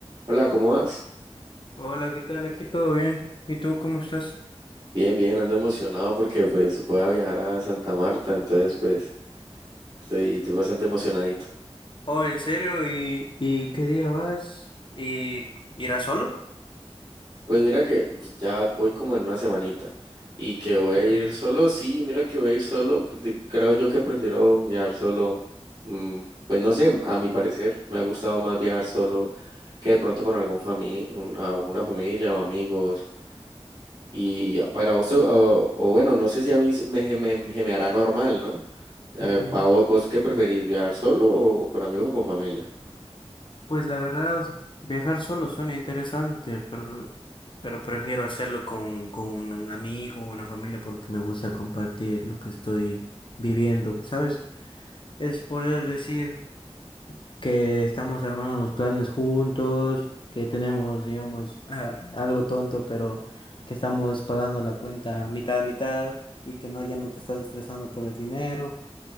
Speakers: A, on the right; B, on the left.
A: Hola, ¿cómo vas?
B: Hola, ¿qué tal? Aquí todo bien. ¿Y tú cómo estás?
A: Bien, bien, ando emocionado porque pues voy a viajar a Santa Marta, entonces pues estoy, estoy bastante emocionadito.
B: Oh, ¿en serio? ¿Y, y qué día vas? ¿Y irás solo?
A: Pues mira que pues, ya voy como en una semanita y que voy
B: Ok,
A: a ir solo, sí, mira que voy a ir solo, de- creo yo que prefiero viajar solo, mm, pues no sé, a mi parecer me ha gustado más viajar solo que de pronto con algún fami un- alguna familia o amigos y ah, para vos, te- o, o bueno, no sé si a mí se me, me, me- se me hará normal, ¿no? Eh,
B: ok.
A: ¿a vos, vos qué preferís, viajar solo o, o con amigos o con familia?
B: Pues la verdad, viajar solo suena interesante, pero, pero prefiero hacerlo con, con un amigo o una familia porque me gusta compartir lo que estoy viviendo, ¿sabes? Es poder decir. que estamos armando los planes juntos, que tenemos, digamos, ah, algo tonto, pero que estamos pagando la cuenta mitad a mitad y que no, ya no te estás estresando por el dinero.